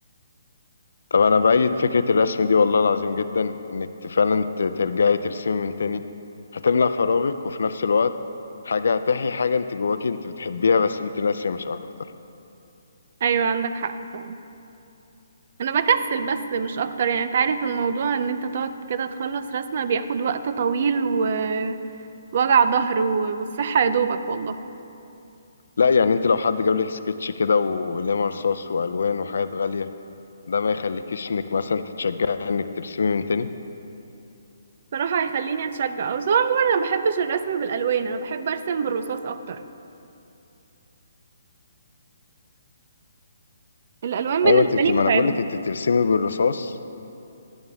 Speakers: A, on the left (about 80°); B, on the right (about 40°).
A: طب انا بأيد فكرة الرسم دي والله العظيم جدا انك ت- فعلا ت- ترجعي ترسمي من تاني هتملى فراغك وفي نفس الوقت حاجة هتحيي حاجة انت جواكي انت بتحبيها بس انت ناسية مش اكتر
B: ايوه عندك حق فعلا انا بكسل بس مش اكتر يعني انت عارف الموضوع ان انت تقعد كده تخلص رسمة بياخد وقت طويل ووجع ظهر و- والصحة يا دوبك والله
A: لا يعني انت لو حد جاب لك سكتش كده وقلم رصاص والوان وحاجات غالية ده ما يخليكيش انك مثلا تتشجعي انك ترسمي من تاني
B: صراحة هيخليني اتشجع او سواء عموما انا ما بحبش الرسم بالالوان انا بحب ارسم بالرصاص اكتر الالوان بالنسبة
A: ايوه انت بت...
B: لي
A: ما
B: متعبة
A: انا بقول لك انت بترسمي بالرصاص